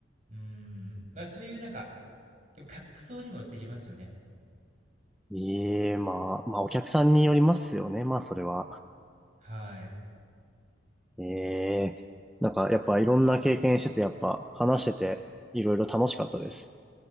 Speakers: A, on the right; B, in the centre.
A: うーん、まあ、そういうなんか、やっぱ客層にも寄ってきますよね。
B: ええまあ、まあお客さんによりますよね。まあそれは。
A: はい。
B: ええなんかやっぱいろんな経験してて、やっぱ話してていろいろ楽しかったです。